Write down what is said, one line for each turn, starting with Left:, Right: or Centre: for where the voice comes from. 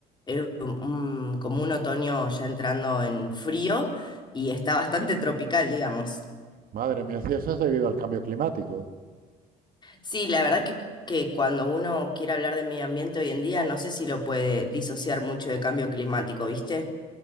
Left: eh, un- como un otoño ya entrando en frío y está bastante <laughs> tropical, digamos.
Right: Madre mía, sí, eso es debido al cambio climático.
Left: Sí, la verdad que, que cuando uno quiere hablar de medio ambiente hoy en día, no sé si lo puede disociar mucho de cambio climático, ¿viste?